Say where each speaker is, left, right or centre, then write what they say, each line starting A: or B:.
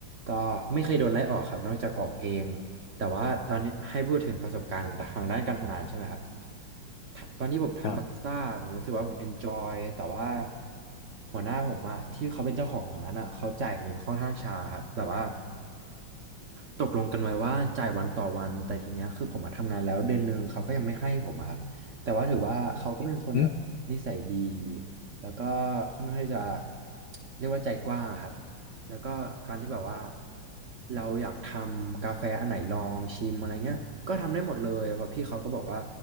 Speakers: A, on the right; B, on the left.
A: ก็ไม่เคยโดนไล่ออกครับนอกจากออกเอง แต่ว่าตอนนี้ให้พูดถึงประสบการณ์ทางด้านการทำงานใช่ไหมครับตตอนที่ผมทำบาริสต้าผมรู้สึกว่าผมเอนจอยแต่ว่า
B: ครับ
A: หัวหน้าผมอะที่เขาเป็นเจ้าของร้านอะเขาจ่ายเงินค่อนข้างช้าครับแบบว่า ตกลงกันไว้ว่าจ่ายวันต่อวันแต่ทีเนี้ยคือผมมาทำงานแล้วเดือนหนึ่งเขาก็ยังไม่ให้ผมอะครับแต่ว่าถือว่าเขาก็เป็นคนแบบนิสัยดี
B: อืม
A: แล้วก็ค่อนข้างที่จะเรียกว่าใจกว้างอะครับแล้วก็การที่แบบว่าเราอยากทำกาแฟอันไหนลองชิมอะไรเงี้ยก็ทำได้หมดเลยเพราะพี่เขาก็บอกว่า